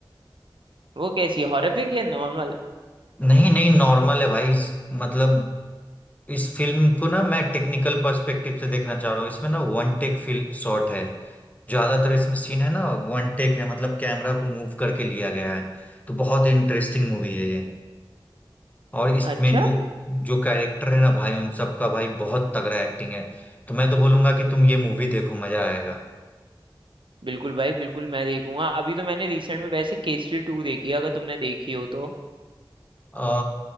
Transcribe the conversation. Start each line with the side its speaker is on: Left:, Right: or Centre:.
Right: वो कैसी है हॉरर या नॉर्मल
Left: नहीं नहीं नॉर्मल है भाई इस, मतलब इस फिल्म को ना मैं टेक्निकल पर्सपेक्टिव से देखना चाह रहा हूँ इसमें ना वन टेक फिल्म शॉट है ज्यादातर इसमें सीन है ना वन टेक है मतलब कैमरा को मूव करके लिया गया है तो बहुत इंटरेस्टिंग मूवी है ये और इसमें
Right: अच्छा
Left: जो जो कैरेक्टर है ना भाई उन सबका भाई बहुत तगड़ा एक्टिंग है तो मैं तो बोलूंगा कि तुम ये मूवी देखो मजा आएगा
Right: बिल्कुल भाई बिल्कुल मैं देखूंगा अभी तो मैंने रिसेंट में वैसे केसरी टू देखी है अगर तुमने देखी हो तो
Left: अ